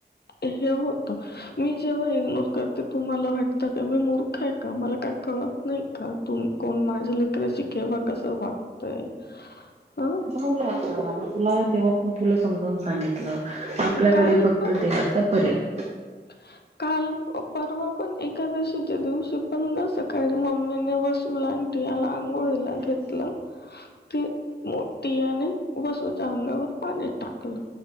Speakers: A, on the left; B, on the right.
A: हे होतं. मी जेव्हा इग्नोर करते तुम्हाला वाटतं का मी मूर्ख आहे का? मला काय कळत नाही का? तुम कोण माझ्या लेकराशीं केव्हा कसं वागताय? आं.
B: <unintelligible> आता, आमी तुला तेव्हा पन तुला समजून सांगितलं, आपल्याकडे
A: काल
B: फक्त
A: पण
B: देवा सब पर्याय.
A: <inaudible> काल, परवा पण सकाळी एकादशीच्या दिवशी पण न सकाळी मम्मीने बस मला याला आंघोळीला घेतलं ते म टिया ने वसूच्या अंगावर पाणी टाकलं.